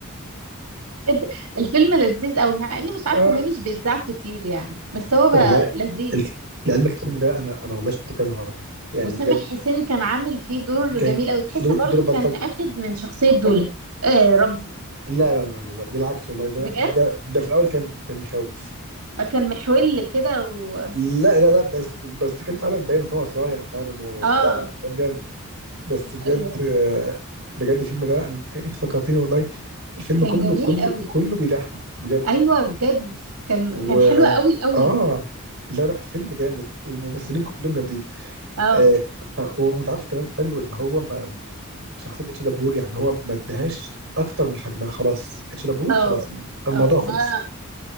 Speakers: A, on the right; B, on the right.
A: بجد الفيلم لذيذ قوي مع اني مش عارفه
B: آه.
A: ليه مش بيتذاع كتير يعني بس هو بقى
B: والله
A: لذيذ
B: الف- لعلمك الفيلم ده انا انا والله شفته كذا مره يعني
A: وسامح
B: بجد
A: حسين كان عامل فيه دور
B: جاي
A: جميل قوي تحس برضو
B: دور بلطجي
A: كان اخد من شخصيه
B: مختلف
A: دولا آه رمزي
B: لا لا لا لا لا، بالعكس والله ده
A: بجد
B: ده ده في الاول كان كان يخوف
A: كان محول كده و...
B: لا لا لا بس بس كان فعلا باين ان هو صايع فعلا و...
A: اه
B: لا لا كان جامد بس بجد
A: ايوه
B: بجد الفيلم ده أنا... انت فكرتيني والله الفيلم
A: كان
B: كله
A: جميل
B: كله
A: قوي
B: كله بيضحك بجد
A: ايوه بجد كان
B: و
A: كان حلو قوي قوي
B: اه لا لا الفيلم جامد والممثلين
A: مم.
B: كلهم جامدين
A: اه
B: آه ف... وانت عارف كمان حلو ان هو ما شخصيه اتش دبور يعني هو ما ادهاش اكتر من حجمها خلاص اتش دبور
A: اه
B: خلاص الموضوع
A: اه
B: خلص
A: ما